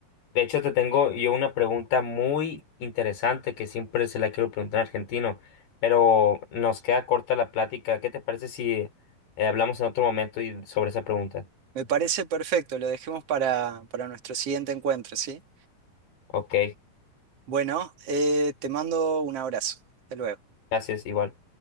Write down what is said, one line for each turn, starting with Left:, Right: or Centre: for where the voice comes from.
Left: De hecho, te tengo yo una pregunta muy interesante que siempre se la quiero preguntar a un argentino, pero nos queda corta la plática. ¿Qué te parece si eh, hablamos en otro momento y sobre esa pregunta?
Right: Me parece perfecto, lo dejemos para, para nuestro siguiente encuentro, ¿sí?
Left: Ok,
Right: Bueno, eh, te mando un abrazo. Hasta luego.
Left: gracias, igual.